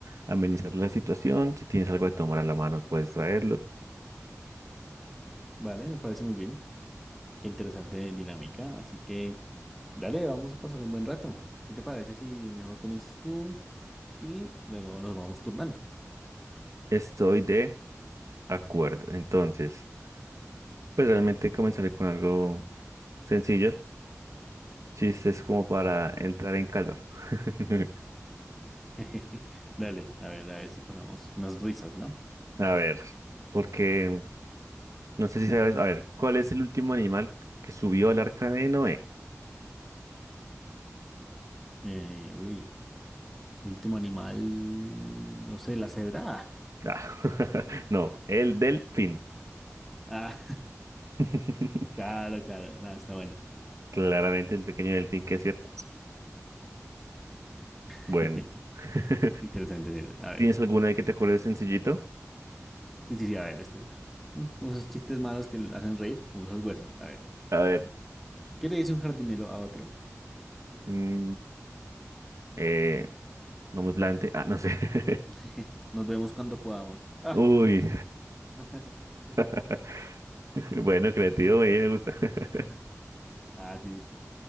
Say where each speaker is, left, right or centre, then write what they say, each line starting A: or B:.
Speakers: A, on the right; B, in the centre.
A: amenizar la situación. Si tienes algo de tomar a la mano, puedes traerlo.
B: vale, me parece muy bien. Qué interesante dinámica. Así que, dale, vamos a pasar un buen rato. ¿Qué te parece si mejor comienzas tú y luego nos vamos turnando?
A: Estoy de acuerdo. Entonces, pues realmente comenzaré con algo sencillo chistes como para entrar en calor. <laughs>
B: <laughs> Dale, a ver, a ver si pasamos unas risas, ¿no?
A: A ver, porque no sé si sabes, a ver, ¿cuál es el último animal que subió al arca de Noé?
B: Eh, uy, el último animal, no sé, la cebra.
A: Ah, <laughs> no, el delfín.
B: Ah,
A: <laughs>
B: <laughs> claro, claro, nada, está bueno.
A: Claramente el pequeño delfín que es cierto.
B: <laughs>
A: Bueno, <laughs>
B: Interesante. A ver.
A: ¿tienes alguna ahí que te acuerdes sencillito?
B: Sí, sí, sí, a ver, este es mm, como esos chistes malos que le hacen reír, como esos huesos. A ver.
A: A ver,
B: ¿Qué le dice un jardinero a otro?
A: mm, eh, no me plante, ah, no sé. <laughs>
B: <laughs> Nos vemos cuando podamos. Ah.
A: Uy,
B: <laughs>
A: <laughs> bueno, creativo, muy bien, me gusta. <laughs>
B: Ah, sí.